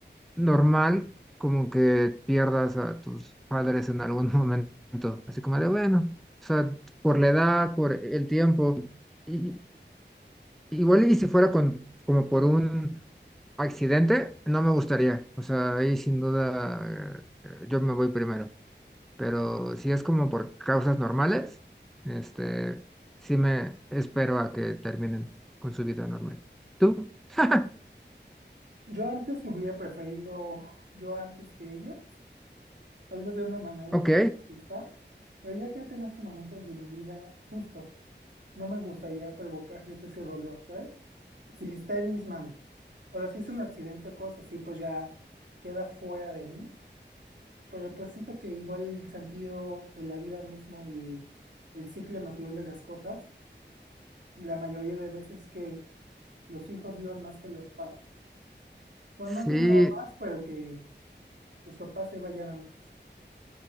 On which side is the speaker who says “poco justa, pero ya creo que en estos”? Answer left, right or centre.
Right